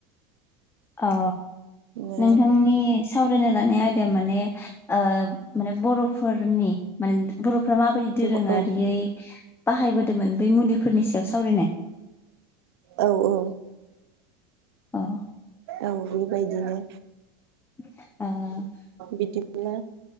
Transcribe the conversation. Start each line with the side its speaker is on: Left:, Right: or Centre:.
Left: औ
Right: ओ
Left: नोंथांनि सावरायनो लानाय आयदा माने। ओ माने बर'फोरनि माने बर'फ्रा माबायदि दोरोङारियै
Right: औ
Left: बाहायबोदोंमोन बै मुलिफोरनि सायाव सावरायनाय
Right: औ औ।
Left: औ
Right: औ बेबायदिनो
Left: <unintelligible>
Right: बिदिब्ला